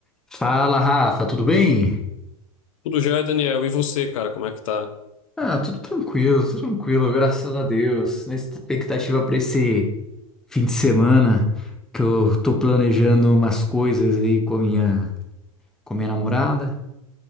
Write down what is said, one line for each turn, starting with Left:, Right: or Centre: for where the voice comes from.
Centre: Fala, Rafa, tudo bem?
Left: Tudo já é, Daniel. E você, cara, como é que tá?
Centre: Ah, tudo tranquilo, tudo tranquilo, graças a Deus. Na expectativa para esse fim de semana, que eu tô planejando umas coisas aí com a minha, com a minha namorada.